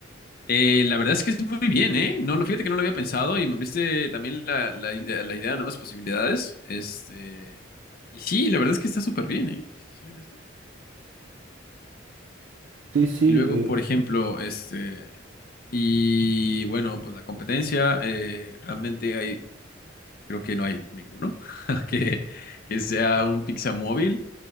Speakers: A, on the left; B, on the right.
A: Eh, la verdad es que es muy bien, ¿eh? No, lo fíjate que no lo había pensado y me abriste también la, la idea, la idea de nuevas posibilidades. Este, y sí, la verdad es que está súper bien, ¿eh? Si te soy honesto.
B: Sí, sí,
A: Y luego,
B: eh,
A: por ejemplo, este, y bueno, pues la competencia, eh, realmente hay, creo que no hay ninguno <laughs> que, que sea un pizza móvil.